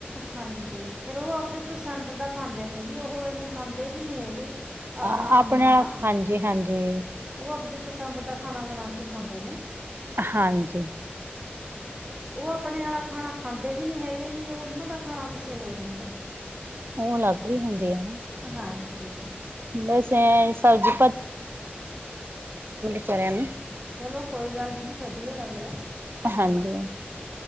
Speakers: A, on the right; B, on the right.
A: ਹਾਂਜੀ ਫੇਰ ਉਹ ਆਪਦੇ ਪਸੰਦ ਦਾ ਖਾਂਦੇ ਨੇ ਜੀ ਉਹ ਇਨੇ ਖਾਂਦੇ ਵੀ ਨਹੀਂ ਹੈਗੇ। ਆਪਣਾ
B: ਅ ਆਪਣੇ
A: ਆਮ ਖਾਣਾ
B: ਹਾਂਜੀ-ਹਾਂਜੀ,
A: ਉਹ ਆਪਦੇ ਪਸੰਦ ਦਾ ਖਾਣਾ ਬਣਾ ਕੇ ਖਾਂਦੇ ਨੇ,
B: ਹਾਂਜੀ,
A: ਉਹ ਆਪਣੇ ਆਲਾ ਖਾਣਾ ਖਾਂਦੇ ਵੀ ਨੀ ਹੈਗੇ ਜੀ ਉਹਨਾਂ ਦਾ ਖਾਣਾ ਕੁਛ ਹੋਰ ਹੁੰਦਾ।
B: <unintelligible> ਉਹ ਅਲੱਗ ਹੀ ਹੁੰਦੇ ਆ।
A: ਹਾਂਜੀ
B: ਵੈਸੇ ਸਬਜ਼ੀ <inaudible> ਚਲਨ।
A: <unintelligible> ਚਲੋ ਕੋਈ ਗੱਲ ਨੀ ਜੀ ਵਧੀਆ ਗੱਲ ਹੈ
B: ਹਾਂਜੀ